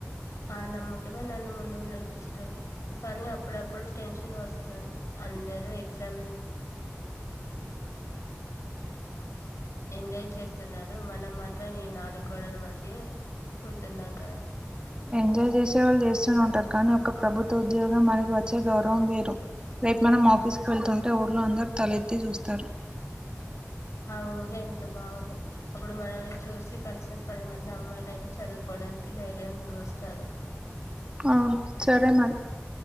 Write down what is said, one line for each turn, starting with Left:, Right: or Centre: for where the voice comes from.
Left: ఆ నమ్మకమే నన్ను ముందుకు నడిపిస్తుంది, కానీ అప్పుడప్పుడు టెన్షన్ వస్తుంది. అందరూ ఎగ్జామ్ ఎంజాయ్ చేస్తున్నారు. మనం మాత్రం ఈ నాలుగు గోడల మధ్యే ఉంటున్నాం కదా,
Right: ఎంజాయ్ జేసేవాళ్ళు జేస్ ఉంటారు కానీ ఒక ప్రభుత్వ ఉద్యోగం మనకి వచ్చే గౌరవం వేరు రేపు మనమ్ ఆఫీస్ కి వెళ్తుంటే ను అందరు తలెత్తి చూస్తారు
Left: ఆ ఊహ ఎంత బాగుందో అప్పుడు మనల్ని చూసి కనీసం పది మంది అమ్మాయిల అయినా చదువుకోవడానికి ధైర్యం వస్తారు
Right: అవును సరే మరి